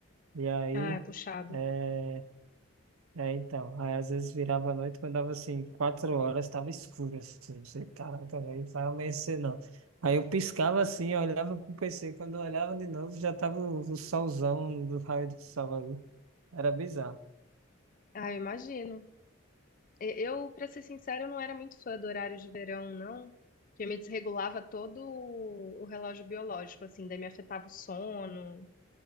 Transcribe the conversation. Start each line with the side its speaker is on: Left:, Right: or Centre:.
Right: E aí,
Left: Ah, é puxado.
Right: é, é então, aí às vezes virava à noite, quando dava assim, quatro horas, estava escuro, assim, eu sei, caraca, aí vai amanhecer não. Aí eu piscava assim, eu olhava pro PC, quando eu olhava de novo, já tava o, o solzão do raio do sol aí, era bizarro.
Left: Ah, eu imagino. E- Eu, pra ser sincero eu não era muito fã do horário de verão, não. Que eu me desregulava todo o o relógio biológico, assim, daí me afetava o sono.